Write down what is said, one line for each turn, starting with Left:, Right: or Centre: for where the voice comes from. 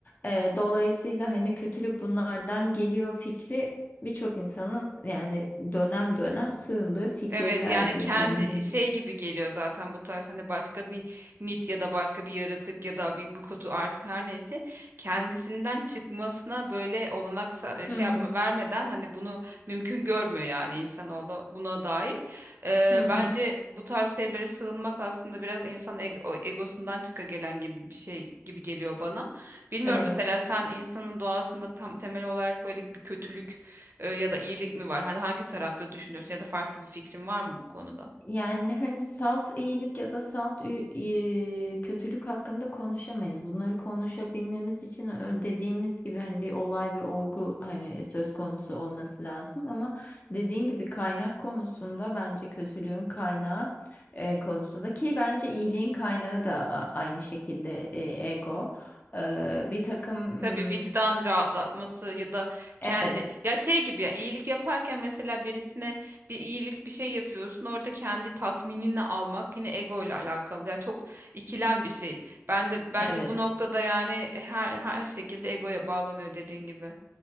Left: Eee, dolayısıyla hani kötülük bunlardan geliyor fikri birçok insanın yani dönem dönem sığındığı fikirlerdi
Right: Evet yani kendi
Left: yani hani.
Right: şey gibi geliyor zaten bu tarz hani başka bir mit ya da başka bir yaratık ya da bir, bir kutu artık her neyse kendisinden çıkmasına böyle olanak sa-
Left: Hı
Right: şey
Left: hı.
Right: yapma vermeden hani bunu mümkün görmüyor yani insanoğlu buna dair. Ee,
Left: Hı hı.
Right: bence bu tarz şeylere sığınmak aslında biraz insan eg- o egosundan çıka gelen gibi bir şey gibi geliyor bana. Bilmiyorum
Left: Evet.
Right: mesela sen insanın doğasında tam temel olarak böyle bir kötülük ee, ya da iyilik mi var? Hani hangi tarafta düşünüyorsun ya da farklı bir fikrin var mı bu konuda?
Left: Yani hani salt iyilik ya da salt ü- i- kötülük hakkında konuşamayız. Bunları konuşabilmemiz için ö- dediğimiz gibi hani bir olay bir olgu hani söz konusu olması lazım ama dediğin gibi kaynak konusunda bence kötülüğün kaynağı e, konusunda ki bence iyiliğin kaynağı da a- aynı şekilde e, ego. E, bir takım
Right: E, Tabii
Left: hmm,
Right: vicdan rahatlatması ya da kendi
Left: evet.
Right: ya şey gibi ya iyilik yaparken mesela birisine bir iyilik bir şey yapıyorsun orada kendi tatminini almak yine ego ile alakalı. Yani çok ikilem bir şey. Ben de bence
Left: Evet.
Right: bu noktada yani her her şekilde egoya bağlanıyor dediğin gibi.